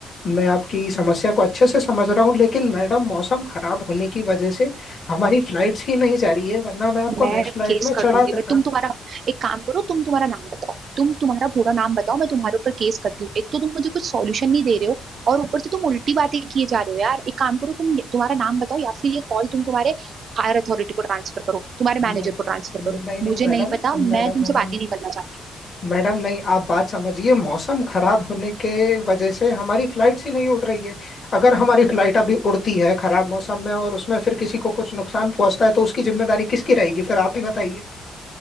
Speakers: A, on the left; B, on the right.
A: मैं आपकी समस्या को अच्छे से समझ रहा हूँ लेकिन मैडम मौसम खराब होने की वजह से हमारी फ्लाइट्स ही नहीं जा रही है वरना मैं आपको
B: मैं
A: नेक्स्ट फ्लाइट
B: केस
A: में चढ़ा
B: कर दूंगी
A: देता
B: बट तुम तुम्हारा एक काम करो तुम तुम्हारा नाम बताओ तुम तुम्हारा पूरा नाम बताओ मैं तुम्हारे ऊपर केस करती हूँ एक तो तुम मुझे कुछ सॉल्यूशन नहीं दे रहे हो और ऊपर से तुम उल्टी बातें किए जा रहे हो यार एक काम करो तुम तुम्हारा नाम बताओ या फिर ये कॉल तुम तुम्हारे हायर अथॉरिटी को ट्रांसफर करो तुम्हारे
A: नहीं
B: मैनेजर
A: नहीं
B: को ट्रांसफर करो
A: नहीं नहीं
B: मुझे
A: मैडम
B: नहीं पता मैं
A: मैडम
B: तुमसे
A: मैडम
B: बात ही नहीं करना चाहती
A: मैडम नहीं आप बात समझिए मौसम खराब होने के वजह से हमारी फ्लाइट्स ही नहीं उड़ रही है अगर हमारी फ्लाइट अभी उड़ती है खराब मौसम में और उसमें फिर किसी को कुछ नुकसान पहुंचता है तो उसकी जिम्मेदारी किसकी रहेगी फिर आप ही बताइए